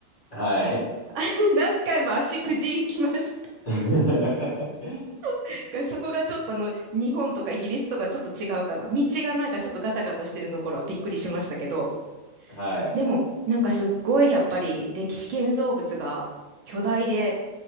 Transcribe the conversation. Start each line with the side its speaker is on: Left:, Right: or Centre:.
Left: はい。
Right: <laughs> 何回も足くじきました。
Left: <laughs>
Right: <laughs> そこがちょっとあの、日本とかイギリスとかちょっと違うかな。道がなんかちょっとガタガタしてるところはびっくりしましたけど、
Left: はい。
Right: でも、なんかすっごいやっぱり歴史建造物が巨大で、